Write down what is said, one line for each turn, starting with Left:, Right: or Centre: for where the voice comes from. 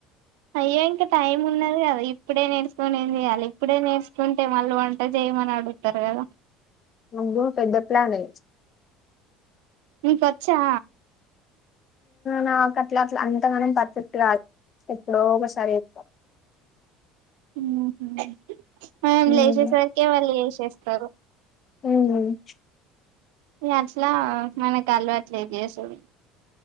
Right: అయ్యో ఇంకా టైం ఉన్నది గదా ఇప్పుడే నేర్చుకొని ఏం చెయాలి ఇప్పుడే నేర్చుకుంటే మళ్ళీ వంట చేయమని అడుగుతారు కదా
Left: అమ్మో పెద్ద ప్లానే
Right: నిక్ వచ్చా
Left: నాకు అట్లా అట్లా అంతగానే పర్ఫెక్ట్ గాదు ఎప్పుడో ఒకసారి చేత్తా
Right: మ్మ్ హ్మ్ ఆయన
Left: ఉహు
Right: లేసె సరకె వాళ్ళు జెసేస్తారు
Left: మ్మ్
Right: మి అట్లా మనకలవాట్లే జేసుడు